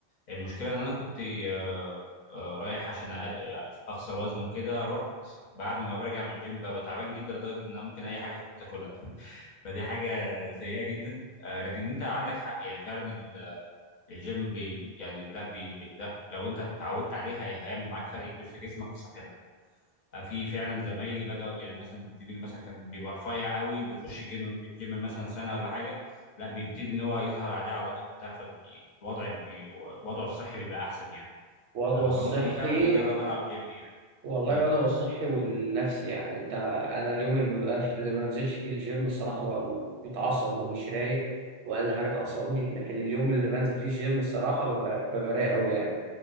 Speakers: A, on the left; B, on the right.
A: المشكله ان انا كنت آه، آه، رايح عشان أقل- اخسر وزن وكده رحت بعد ما برجع من الجيم ببقى تعبان جدا لدرجه ان انا ممكن اي حاجه في تاكلها فدي حاجه سيئه جدا آه، لكن انت عندك حق يعني فعلا ال- الجيم بي يعني لا بي بي لا لو انت اتعودت عليه هي هيعمل معاك فرق كبير في جسمك وفي صحتك آه، في فعلا زمايلي بدأ يعني مثلا زميلي مثلا كان بيبقى رفيع قوي بيخش الجيم الجيم مثلا سنه ولا حاجه لا بيبتدي ان هو يظهر عليه عضلات وبتاع فالوضع بي وضعه الصحي بيبقى احسن يعني
B: وضعه
A: آه،
B: الصحي
A: فممكن فعلا اجرب العب جيم يعني
B: والله
A: مم.
B: وضعه الصحي والنفسي يعني انت انا اليوم اللي مبقاش اللي ما نزلش فيه الجيم الصراحه ببقى متعصب ومش رايق واقل حاجه تعصبني لكن اليوم اللي بنزل فيه الجيم الصراحه ببقى ببقى رايق قوي يعني